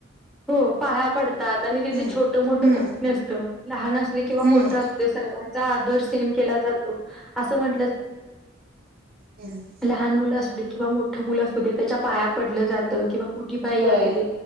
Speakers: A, in the centre; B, on the right (about 50°).
A: हो पाया पडतात. आणि तिथे
B: हम्म
A: छोटं मोठं
B: हम्म
A: कोणी नसतं. लहान अस किंवा
B: हम्म
A: मोठं असु दे सर्वाचा आदर सेम केला जातो. असं म्हटलं
B: हम्,
A: लहान मुलं असू दे किंवा मोठं मुलं असू दे त्याच्या पाया पडलं जात. किंवा मोठी बाई
B: होय
A: असू दे